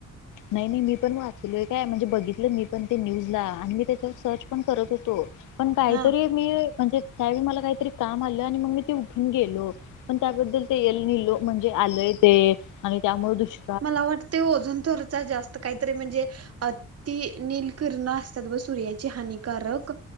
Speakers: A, on the left (about 85°); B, on the right (about 55°).
A: नाही नाही मी पण वाचलोय काय म्हणजे बघितलं मी पण न्यूजला आणि मी त्याच्यावर सर्च पण करत होतो. पण काहीतरी
B: हा
A: मी म्हणजे त्यावेळी मला काहीतरी काम आलं आणि मग मी ते उठून गेलो. पण त्याबद्दल ते येल नलो म्हणजे आलंय ते आणि त्यामुळे दुष्
B: मला वाटतें ओजन तरच जास्त काहीतरी म्हणजे. अ ति निलकिरण असतात ब सूर्याची हानिकारक